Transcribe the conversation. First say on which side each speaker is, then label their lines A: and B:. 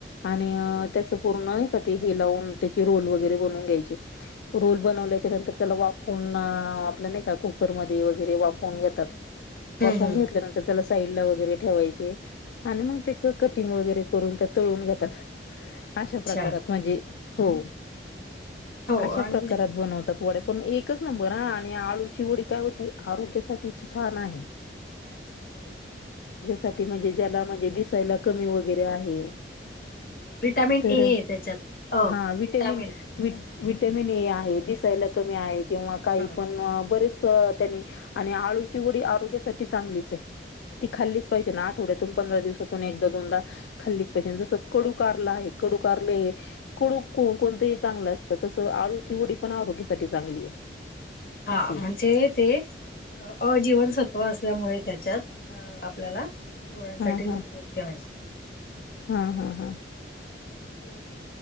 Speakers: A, on the left; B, on the left.
A: आणि त्याचं पूर्ण नाही का ते हे लावून त्याचे रोल वगैरे बनवून घ्यायचे रोल बनवल्याच्या नंतर... त्याला वाफवून आपल्या नाही का कुकरमध्ये वगैरे वाफवून घेतात. वाफवून
B: हम्म हम्म.
A: घेतल्यानंतर त्याला साईडला वगरे ठेवायचे आणि मग त्याच कटिंग वगैरे.... करून त्या तळून घेतात अशा
B: अच्छा.
A: प्रकारात म्हणजे हो...
B: हम्म. हो
A: अशा
B: आणि
A: प्रकारात बनवतात वड्या.. पण एकच नंबर ह आणि आळूची वडी काय होती आरोग्यासाठी छान आहे...
B: अच्छा हो
A: साठी म्हणजे ज्याला म्हणजे दिसायला कमी वगैरे आहे
B: अच्छा विटामिन
A: तर
B: ए आहे त्याच्यात अ
A: हा विटॅमिन
B: विटामिन
A: वि विटॅमिन ए आहेत दिसायला कमी आहे किंवा काही
B: ह
A: पण बरेच त्यांनी आणि आळूची वडी आरोग्यासाठी चांगलीच आहे ती खाली पाहिजे ना आठवड्यातून पंधरा दिवस एक दोनदा खाल्लीच पाहिजे जस कडू कारला आहे कडू कारले कडूण चांगलं असतं तस आळूची वडी पण आरोग्यासाठी चांगली आहे
B: हा
A: असे
B: म्हणजे ते अजीवनसत्व असल्यामुळे त्याच्यात आपल्याला डोळ्यांसाठी
A: हा हा
B: उपयोगी आहे
A: हा हा हा
B: हप